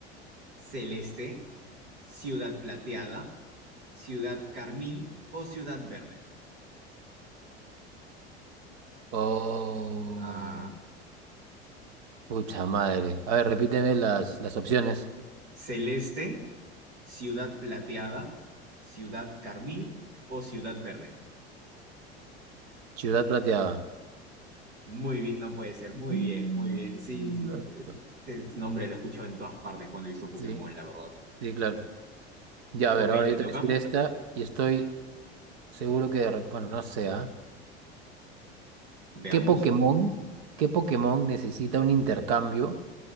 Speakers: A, on the right (about 85°); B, on the right (about 70°).
A: Celeste, Ciudad Plateada, Ciudad Carmín o Ciudad Verde.
B: Oh.
A: Ah,
B: Pucha madre. A ver, repíteme las, las opciones.
A: Celeste, Ciudad Plateada, Ciudad Carmín o Ciudad Verde.
B: Ciudad Plateada.
A: Muy bien, no puede ser. Muy
B: Mm,
A: bien, muy bien. Sí, sí.
B: Listo.
A: Ese, ese nombre lo he escuchado en todas partes cuando he visto Pokémon,
B: Sí,
A: la verdad.
B: sí, claro. Ya, a
A: Ok,
B: ver, ahora
A: te
B: yo te
A: toca.
B: voy a decir esta y estoy seguro que de rep- bueno, no sé, ¿ah?
A: Veamos,
B: ¿Qué Pokémon,
A: a ver.
B: qué Pokémon necesita un intercambio